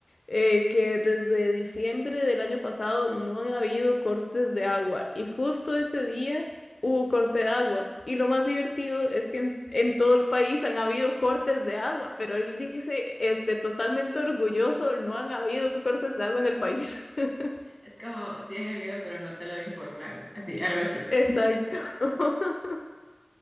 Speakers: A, on the left; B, in the centre.
A: eh, que desde diciembre del año pasado no han habido cortes de agua y justo ese día hubo corte de agua. Y lo más divertido es que en, en todo el país han habido cortes de agua, pero él dice, este, totalmente orgulloso, no han habido cortes de agua en el país. <laughs>
B: Es como, sí han habido, pero no te lo informaron, así, algo así.
A: Exacto. <laughs>